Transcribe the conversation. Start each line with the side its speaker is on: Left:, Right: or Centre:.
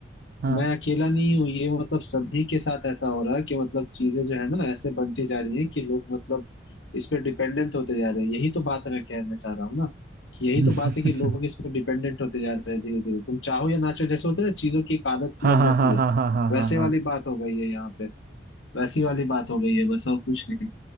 Right: हाँ
Left: मैं अकेला नहीं हूँ ये मतलब सभी के साथ ऐसा हो रहा है कि मतलब चीजें जो है ना ऐसे बनती जा रही हैं कि लोग मतलब इस पे डिपेंडेंट होते जा रहे हैं यही तो बात मैं कहना चाह रहा हूँ ना कि यही
Right: <laughs>
Left: तो बात है कि लोग इस पे डिपेंडेंट होते जा रहे हैं धीरे धीरे तुम चाहो या ना चाहो जैसे होता है ना चीजों की एक आदत सी
Right: हाँ
Left: लग
Right: हाँ
Left: जाती
Right: हाँ
Left: है
Right: हाँ हाँ हाँ
Left: वैसे
Right: हाँ हाँ
Left: वाली बात हो गई है यहाँ पे वैसी वाली बात हो गई है बस और कुछ नहीं